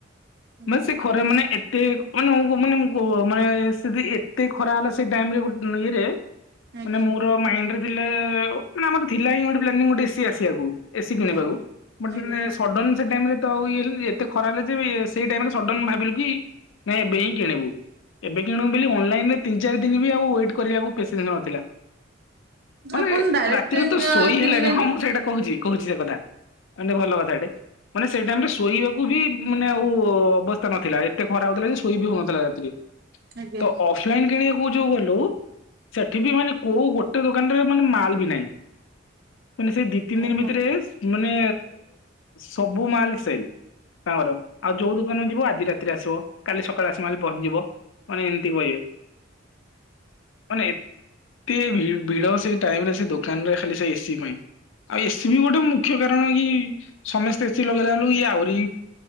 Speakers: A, on the right (about 50°); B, on the left (about 75°).
A: ହୁଁ
B: ମ ସେ ଖରା ମାନେ ଏତେ ମାନେ ମାନେ କ ମାନେ ସେଦି ଏତେ ଖରା ହେଲା ସେ ଟାଇମରେ ଗୋଟେ ଇଏରେ
A: ଆଜ୍ଞା
B: ମାନେ ମୋର ମାଇଣ୍ଡ ରେ ଥିଲା ମାନେ ଆମର ତ ଥିଲା ହିଁ ଗୋଟେ ପ୍ଲାନି ଗୋଟେ ଏସି ଆସିବାକୁ। ଏସିି କିଣିବାକୁ
A: ଆଜ୍ଞା।
B: <unintelligible>
A: ଆଜ୍ଞା
B: ସଡନ୍ ସେ ଟାଇମ ରେ ଆଉ ଇଏ ଏତେ ଖରା ହେଲେ ଯେ ସେଇ ଟାଇମରେ ସଡନ୍ ଭାବିଲୁ କି ନାଇଁ ଏବେ ହିଁ କିଣିବୁ। ଏବେ କିଣୁ ବୋଲି ଅନଲାଇନ ରେ ତିନ ଚାରି ଦିନ ବି ଆଉ ୱେଟ୍ କରିବାକୁ ପେସେନ୍ସ ନଥିଲା। ମାନେ
A: ଆପଣ ଡାଇରେକ୍ଟ
B: ରାତିରେ ତ ଶୋଇ
A: କିଣିଲେନି
B: ହେଲାଣିି ହଁ ମୁଁ ସେଇଟା କହୁଛି କହୁଛି ସେ କଥା। <unintelligible> ଭଲ କଥାଟେ ମାନେ ସେଇ ଟାଇମ ରେ ଶୋଇବାକୁ ବି ମାନେ ଆଉ ଅବ୍ ସ୍ତା ନଥିଲା ଏତେ ଖରା ହଉଥିଲା ଶୋଇ ବି ହଉନଥିଲା ରାତିିରେ
A: ଆଜ୍ଞା
B: ତ ଅଫଲାଇନ କିଣିବାକୁ ଯୋଉ ଗଲୁ ସେଠି ବି ମାନେ କୋଉ ଗୋଟେ ଦୋକାନ ରେ ମାନେ ମାଲ ବି ନାହିଁ। ମାନେ ସେଇ ଦି ତିି
A: ଓହୋ।
B: ଦିନ ଭିତରେ ମାନେ ସବୁ ମାଲ ସେଲ ତାଙ୍କର। ଆଉ ଯୋଉ ଦୋକାନରୁ ଯିବ ଆଜି ରାତିରେ ଆସିବ କାଲି ସକାଳେ ଆସି ମାଲ୍ ପହଞ୍ଚଯିବ ମାନେ ଏମିତି କହିବେ। ମାନେ ଏତେ ଭିଡ ସେ ଟାଇମ ରେ ସେ ଦୋକ ଦୋକାନ ରେ ଖାଲି ସେ ଏସିି ପାଇଁ ଆଉ ଏସିି ବି ଗୋଟେ ମୁ ମୁଖ୍ୟ କାରଣ କି ସମସ୍ତେ ଏସିି ଲଗେଇଲା ବେଲୁ ଇଏ ଆହୁରି